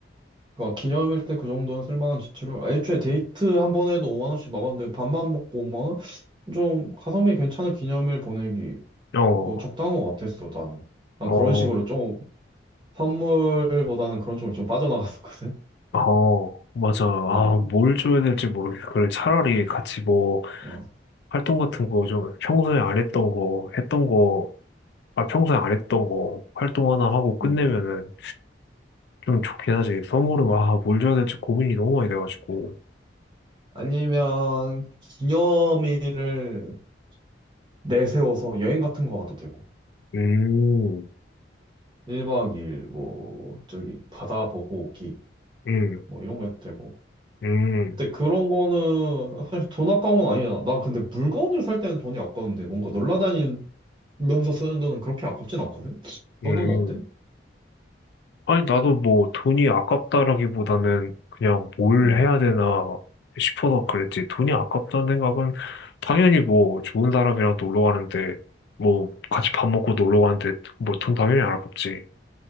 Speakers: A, on the right; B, on the left.
A: 그러니까 기념일 때 그 정도는 쓸만한 지출을. 애초에 데이트 한 번에도 5만 원씩 나갔는데 밥만 먹고 5만 원? 좀 가성비 괜찮은 기념일 보내기
B: 어,
A: 뭐 적당한 것 같았어 나는. 난
B: 어,
A: 그런 식으로 좀 선물보다는 그런 쪽으로 좀 빠져나갔었거든.
B: 어, 맞아. 아,
A: 어.
B: 뭘 줘야 될지 모르겠어. 그래, 차라리 같이 뭐,
A: 어.
B: 활동 같은 거 좀 평소에 안 했던 거, 했던 거, 아, 평소에 안 했던 거 활동 하나 하고 끝내면은
A: 네.
B: 좀 좋긴 하지. 선물은 와, 뭘 줘야 될지 고민이 너무 많이 돼가지고.
A: 아니면 기념일을 내세워서 여행 같은 거 가도 되고
B: 음,
A: 1박 2일 뭐 저기 바다 보고 오기
B: 음,
A: 뭐 이런 거 해도 되고
B: 음,
A: 근데 그런 거는 사실 돈 아까운 건 아니잖아 난 근데 물건을 살 때는 돈이 아까운데 뭔가 놀러 다니면서 쓰는 돈은 그렇게 아깝진 않거든
B: 음.
A: 너 돈 어때?
B: 아니, 나도 뭐 돈이 아깝다라기보다는 그냥 뭘
A: 응
B: 해야 되나 싶어서 그랬지. 돈이 아깝다는 생각은 당연히 뭐 좋은 사람이랑 놀러 가는데 뭐 같이 밥 먹고 놀러 가는데 뭐 돈 당연히 안 아깝지.